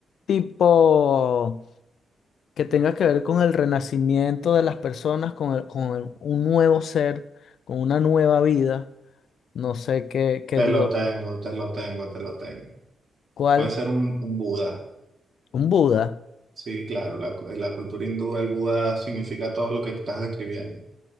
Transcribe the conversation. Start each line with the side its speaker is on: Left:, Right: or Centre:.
Left: tipo que tenga que ver con el renacimiento de las personas, con, el- con el- un nuevo ser, con una nueva vida, no sé qué, qué
Right: Te
Left: dios,
Right: lo tengo, te lo tengo, te lo tengo.
Left: ¿cuál?
Right: Puede ser un, un Buda.
Left: Un Buda.
Right: Sí, claro, la, cu- la cultura hindú, el Buda significa todo lo que estás describiendo.